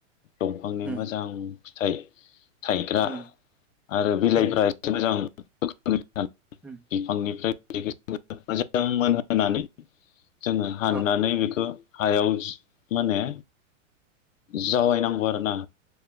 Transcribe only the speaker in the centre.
उम
उम
उम
उम
अ